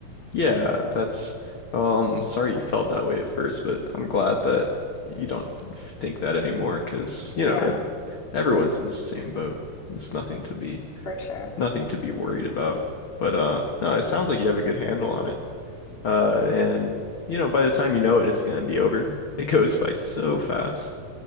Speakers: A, on the left (about 50°); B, on the left (about 20°).
A: Yeah, that's um sorry you felt that way at first, but I'm glad that you don't think that anymore. Cause
B: Yeah,
A: you know, it, everyone's in the same boat. It's nothing to be
B: for sure.
A: nothing to be worried about. But uh no, it sounds like you have a good handle on it. Uh and you know, by the time you know it, it's gonna be over. <laughs> It goes by so fast.